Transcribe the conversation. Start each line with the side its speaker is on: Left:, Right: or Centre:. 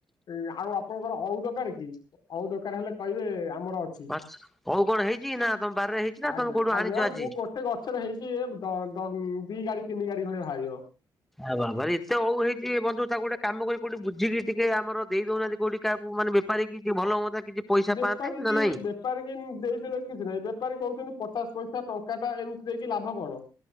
Left: ଏଇ ଆଉ ଆପଣଙ୍କର ଅଉ ଦରକାର କି? ଅଉ ଦରକାର ହେଲେ କହିବେ ଆମର ଅଛି,
Centre: ଆଛା ଓଉ କଣ ହେଇଛି ନା ତମ ବାରିରେ ହେଇଛି ନା
Left: ଆଜ୍ଞା,
Centre: ତମେ କୋଉଠୁ
Left: ଆଜ୍ଞା,
Centre: ଆଣିଛ
Left: ହଁ
Centre: ଆଜି?
Left: ମୁ ପ ଏତେ ଗଛରେ ହେଇଛି ଏ ଦ, ଦଙ୍ଗ୍, ଦି ଗାଡ଼ି ତିନି ଗାଡ଼ି ଖଣ୍ଡେ ବାହାରିବ।
Centre: ଏ ବାବାରେ ଏତେ ଅଉ ହେଇଛି ବନ୍ଧୁ ତାକୁ ଗୋଟେ କାମ କରି କୋଉଠି ବୁଝିକି ଟିକେ ଆମର ଦେଇ ଦଉନାହାନ୍ତି କୋଉଠି କାହାକୁ ମାନେ ବେ ପାରିକି ଟିକେ ଭଲ ହୁଅନ୍ତା କିଛି ପଇସା
Left: ବେପାରୀ
Centre: ପାଆନ୍ତେ ନା
Left: କି
Centre: ନାଇଁ?
Left: ବେପାରୀ କି ଇନ୍ ଦେଇଦେଲେ କିଛି ନାହିଁ ବେପାରୀ କହୁଛନ୍ତି ପଚାଶ ପଇସା ଟଙ୍କାଟା ଏମ୍ ଦେଇକି ଲାଭ କଣ,